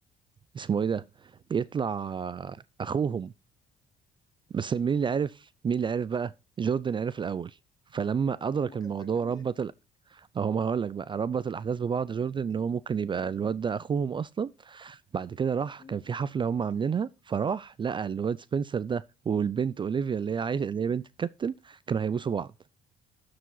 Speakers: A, on the right; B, on the left.
A: اسمه ايه ده يطلع اخوهم بس مين اللي عرف مين اللي عرف بقى جوردن عرف الاول فلما
B: طب
A: ادرك
B: هم كانوا
A: الموضوع
B: خايفين
A: ربط
B: ليه
A: اهو ما هقول لك بقى ربط الاحداث ببعض جوردن ان هو ممكن يبقى الواد ده اخوهم اصلا بعد كده راح
B: مم.
A: كان في حفله هم عاملينها فراح لقى الواد سبنسر ده والبنت اولivia اللي هي عايشه اللي هي بنت الكابتن كانوا هيبوسوا بعض